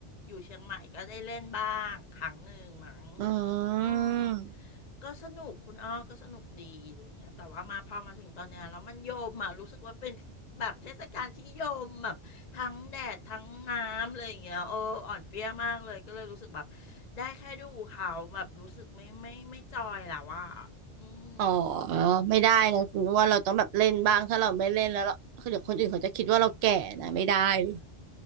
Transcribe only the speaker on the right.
อืม
อ๋อไม่ได้นะคุณว่าเราต้องแบบเล่นบ้างถ้าเราไม่เล่นแล้วเราคือเดี๋ยวคนอื่นเขาจะคิดว่าเราแก่นะไม่ได้เลย